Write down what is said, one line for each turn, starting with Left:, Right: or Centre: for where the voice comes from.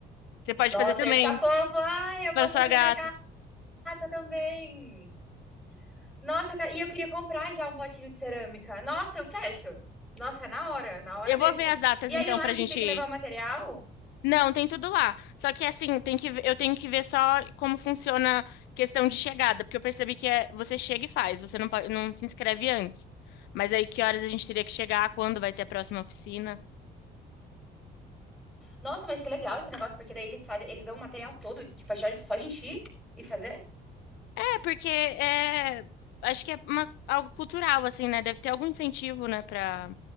Left: Você pode
Centre: Nossa,
Left: fazer também
Centre: eu ia ficar fofo. Ai, eu
Left: para
Centre: posso
Left: sua
Centre: fazer
Left: gata.
Centre: pra minha gata também. Nossa, eu que- e eu queria comprar já um potinho de cerâmica. Nossa, eu fecho. Nossa, é na hora, na hora
Left: Eu
Centre: mesmo.
Left: vou ver as datas
Centre: E
Left: então
Centre: aí lá
Left: pra
Centre: a gente
Left: gente
Centre: tem que
Left: ir.
Centre: levar o material.
Left: Não, tem tudo lá. Só que assim, tem que, eu tenho que ver só como funciona a questão de chegada, porque eu percebi que é, você chega e faz, você não, pode- não se inscreve antes. Mas aí que horas a gente teria que chegar, quando vai ter a próxima oficina?
Centre: Nossa, mas que legal esse negócio, porque daí eles fazem, eles dão o material todo, tipo, é já- só a gente ir e fazer.
Left: É, porque é, acho que é uma- algo cultural, assim, né? Deve ter algum incentivo, né, pra...